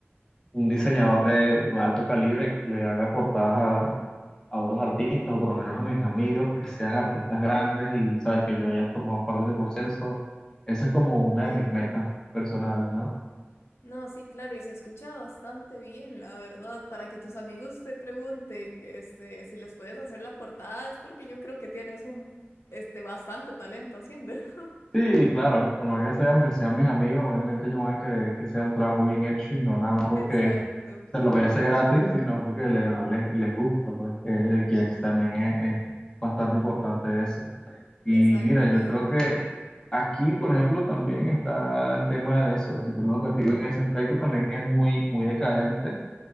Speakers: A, on the left; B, on the left.
A: un diseñador de, de alto calibre que le haga portadas a, a otros artistas, o por lo menos a mis amigos, que sean artistas grandes y, ¿sabes? Que yo haya formado parte de ese proceso. Esa es como una
B: sí.
A: de mis metas personales, ¿no?
B: No, sí, claro, y se escucha bastante bien, la verdad. Para que tus amigos te pregunten, este, si les puedes hacer la portada, es porque yo creo que tienes un, este, bastante talento haciendo. <laughs>
A: Sí, claro, por más que sea, aunque sean mis amigos, obviamente ellos van a querer que sea un trabajo bien hecho y no nada más porque
B: Exacto.
A: se lo voy a hacer gratis, sino porque de verdad les, les gusta, pues, eh, que es, también es, es bastante importante eso. Y
B: Exactamente.
A: mira, yo creo que aquí, por ejemplo, también está el tema de eso, el sistema educativo en ese aspecto también es muy, muy decadente